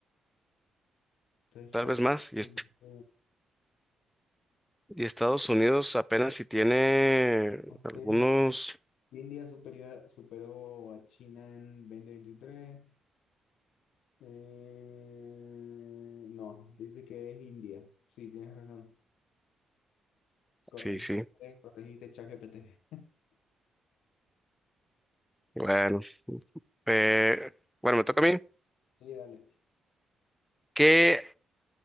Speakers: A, on the left; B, in the centre.
A: estoy feo.
B: Tal vez más. Y, est-
A: Oh,
B: y Estados Unidos apenas si tiene algunos.
A: Tienes razón. India superior, superó a China en 2023. Eh, no, dice que es India. Sí, tienes razón. Corregiste,
B: Sí, sí.
A: corregiste, ChatGPT.
B: Bueno, eh, bueno, me toca a mí.
A: Sí, dale.
B: ¿Qué,